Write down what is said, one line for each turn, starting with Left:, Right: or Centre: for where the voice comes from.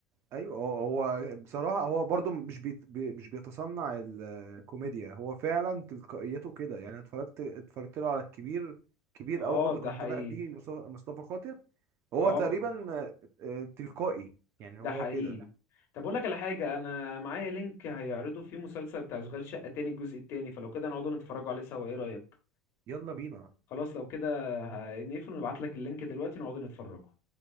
Right: ايوه هو هو بصراحه هو برضو مش بيت بي مش بيتصنع الكوميديا هو فعلا تلقائيته كده يعني أنا اتفرجت اتفرجت له على الكبير كبير
Left: اه
Right: قوي برضو
Left: ده
Right: كان
Left: حقيقي
Right: طالع فيه مص- مصطفى خاطر هو
Left: اه
Right: تقريبا آه، آه، تلقائي يعني
Left: ده
Right: هو
Left: حقيقي
Right: كده
Left: طب اقول لك على حاجه انا معايا لينك هيعرضوا فيه مسلسل بتاع اشغال شقه تاني الجزء التاني فلو كده نقعدوا نتفرجوا عليه سوا ايه رايك
Right: يلا بينا
Left: خلاص لو كده ه- نقفل ونبعت لك اللينك دلوقتي نقعدوا نتفرجوا